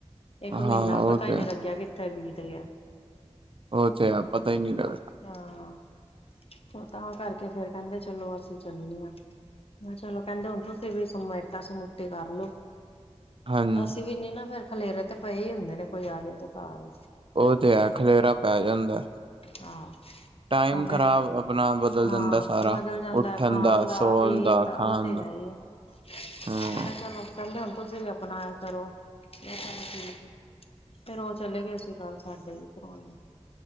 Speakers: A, on the left; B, on the right.
A: ਏਕ ਮਹੀਨਾ
B: ਹਾਂ ਉਹ
A: ਪਤਾ ਹੀ
B: ਤੇ
A: ਨੀ ਲੱਗਿਆ ਕਿੱਥੇ ਬੀਤ ਗਿਆ।
B: ਔ ਤੇ ਹੈ ਪਤਾ ਹੀ ਨਈ ਲੱਗਦਾ।
A: ਹਾਂ ਤੇ ਤਾਂ ਕਰਕੇ ਫੇਰ ਕਹਿੰਦੇ ਚਲੋ ਅਸੀਂ ਚੱਲਨੇ ਆ। ਮੈਂ ਚਲੋ ਕਹਿੰਦੇ ਹੁਣ ਤੁਸੀ ਵੀ ਸਮੇਟਾ-ਸਮੂਟੀ ਕਰਲੋ।
B: ਹਾਂਜੀ
A: ਅਸੀਂ ਵੀ ਨੀ ਨਾ ਫੇਰ ਖਲੇਰੇ ਤੇ ਪਏ ਹੀ ਹੁੰਦੇ ਨੇ ਕੋਈ ਆ ਜਾਏ ਤੇ ਕਾਰ।
B: ਔ ਤੇ ਹੈ ਖਲੇਰਾ ਪੈ ਜਾਂਦਾ।
A: ਹਾਂ।
B: ਟਾਈਮ
A: ਉਹ ਫੇਰ
B: ਖ਼ਰਾਬ ਆਪਣਾ ਬਦਲ
A: ਹਾਂ
B: ਜਾਂਦਾ ਸਾਰਾ।
A: ਬਦਲ ਜਾਂਦਾ
B: ਉੱਠਣ
A: ਖਾਨ ਦਾ,
B: ਸੌਣ
A: ਪੀਨ ਦਾ
B: ਖਾਣ
A: ਓ ਤੇ ਹੈ ਏ ਮੈਂ
B: ਹੂੰ
A: ਕਿਹਾ ਚੱਲੋ ਕਹਿੰਦੇ ਹੁਣ ਤੁਸੀਂ ਵੀ ਆਪਣਾ ਏਹ ਕਰੋ <unintelligible> ਠੀਕ ਐ ਫੇਰ ਉਹ ਚਲੇ ਗਏ ਸੀ ਕੱਲ। ਸਾਡੇ ਵੀ ਪਰੋਣੇ